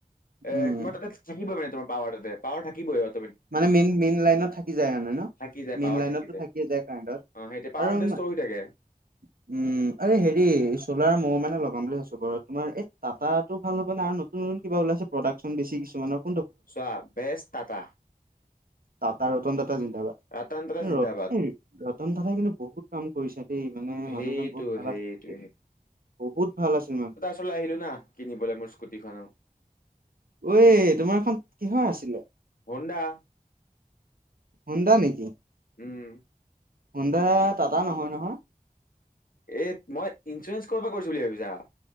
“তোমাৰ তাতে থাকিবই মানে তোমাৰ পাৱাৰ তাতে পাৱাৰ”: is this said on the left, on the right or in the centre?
Left